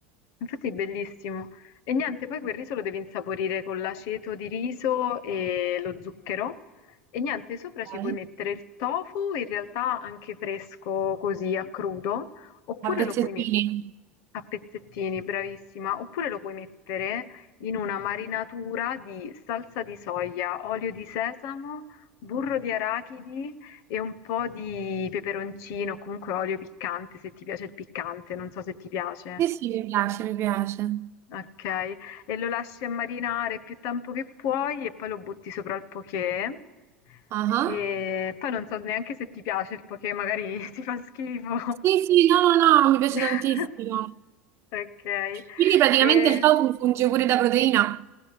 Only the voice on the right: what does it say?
Ok.
A pezzettini?
Sì, sì, mi piace, mi piace.
Ah.
Sì, sì, no, no, no,
mi piace tantissimo.
Quindi praticamente
il tofu funge pure da proteina.